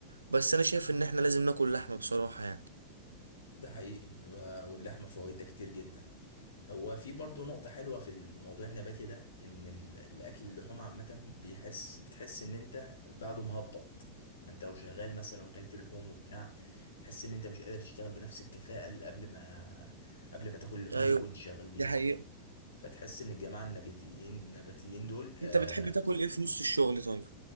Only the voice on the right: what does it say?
بس أنا شايف إن إحنا لازم ناكل لحمة بصراحة يعني
أيوه
دي حقيقة
أنت بتحب تاكل إيه في نص الشغل طيب؟